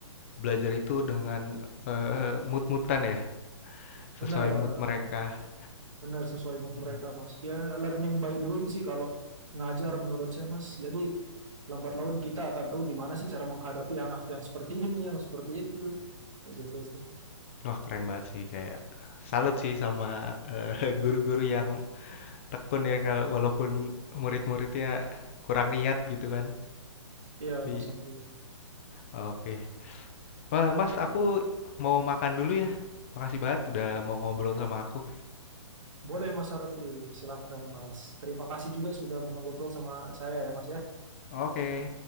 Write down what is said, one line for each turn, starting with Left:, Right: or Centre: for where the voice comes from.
Left: belajar itu dengan eh, mood-moodan ya, sesuai
Right: Benar,
Left: mood mereka.
Right: benar sesuai mood
Left: Mm-mm.
Right: mereka Mas. Ya learning by doing sih kalau ngajar menurut saya Mas. Jadi lambat laun kita akan tahu gimana sih cara menghadapi anak yang seperti <laughs> ini, yang seperti itu. Kayak Gitu sih.
Left: Wah keren banget sih kayak salut sih sama eh, <laughs> guru-guru yang tekun ya kalau walaupun murid-muridnya kurang niat gitu kan.
Right: Iya
Left: Tapi
Right: Mas Harfi.
Left: oke. Wah, Mas,
Right: Ya,
Left: aku mau makan dulu ya. Makasih banget udah mau ngobrol sama aku.
Right: Boleh Mas Harfi, silahkan Mas. Terima kasih juga sudah mengobrol sama saya ya Mas ya.
Left: Oke.